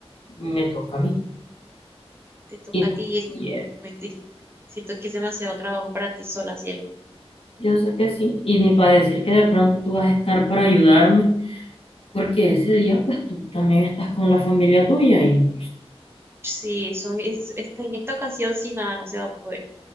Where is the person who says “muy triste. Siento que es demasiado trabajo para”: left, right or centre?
Right